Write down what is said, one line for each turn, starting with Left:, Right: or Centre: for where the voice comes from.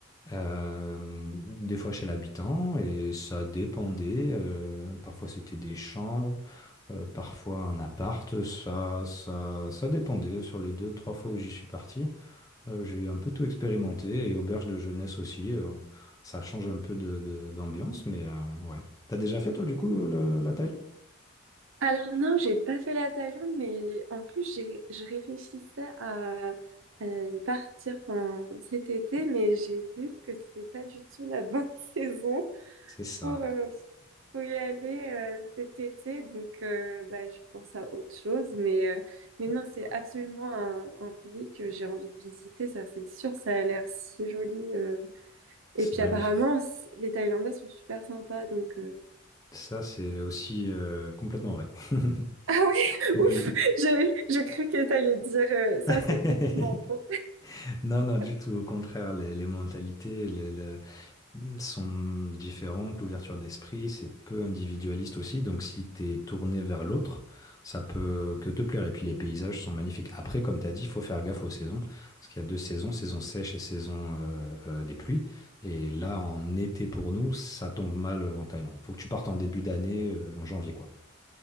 Left: euh, des fois chez l'habitant, et ça dépendait. euh, parfois c'était des chambres, euh, parfois un appart, ça, ça, ça dépendait. Sur les deux, trois fois où j'y suis parti, euh, j'ai un peu tout expérimenté, et auberge de jeunesse aussi, euh, ça change un peu de, de- d'ambiance, mais euh, ouais. T'as déjà fait toi du coup le- la Thaïlande?
Right: Alors non, j'ai pas fait la Thaïlande, mais en plus j'ai je réfléchissais à, à y partir enfin, cet été, mais j'ai vu que c'était pas du tout la bonne <laughs> saison
Left: C'est ça,
Right: pour, euh, pour y aller euh, cet été. Donc euh, bah, je pense à autre chose, mais euh, mais non, c'est absolument un, un pays que j'ai envie de visiter, ça c'est sûr, ça a l'air si joli. euh. Et
Left: c'est
Right: puis
Left: magnifique.
Right: apparemment c- les Thaïlandais sont super sympas, donc. euh,
Left: Ça, c'est aussi euh, complètement vrai. <laughs>
Right: Ah oui, <laughs>
Left: Oui.
Right: ouf, j'ai j'ai cru que tu allais dire euh, ça,
Left: <laughs>
Right: c'est complètement faux.
Left: Non, non, du
Right: <laughs>
Left: tout. Au contraire, les, les mentalités, les, le- sont différentes, l'ouverture d'esprit, c'est peu individualiste aussi, donc si tu es tourné vers l'autre, ça peut que te plaire. Et puis les paysages sont magnifiques. Après, comme tu as dit, il faut faire gaffe aux saisons, parce qu'il y a deux saisons, saison sèche et saison euh, euh, des pluies. Et là, en été pour nous, ça tombe mal euh, en Thaïlande. Faut que tu partes en début d'année, euh, en janvier, quoi.